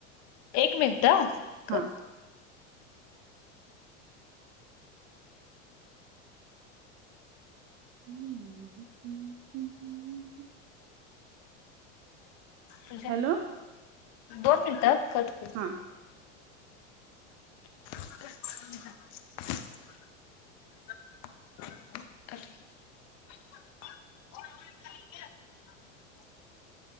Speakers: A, on the left (about 45°); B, on the right (about 40°).
A: एक मिनिट हा कर
B: हा. हम्म हम् हम् हम्
A: तुझ्या
B: हॅलो
A: दोन मिनिट कट होतोय.
B: हा
A: <unintelligible> <unintelligible> <unintelligible> <unintelligible>